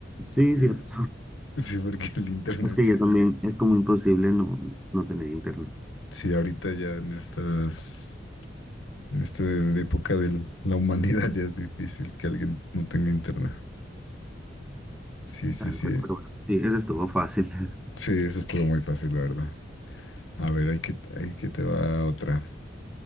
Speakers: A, on the left; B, in the centre.
A: porque
B: Sí, cierto.
A: Sí, porque el internet,
B: Es que yo
A: sí.
B: también, es como imposible no, no tener internet,
A: Sí, ahorita ya en estas, en esta época de la humanidad ya es difícil que alguien no tenga internet. Sí, sí,
B: tal
A: sí.
B: cual, pero bueno, sí, eso estuvo fácil. <laughs>
A: Sí, eso estuvo muy fácil, la verdad. A ver, hay que, hay que te va otra.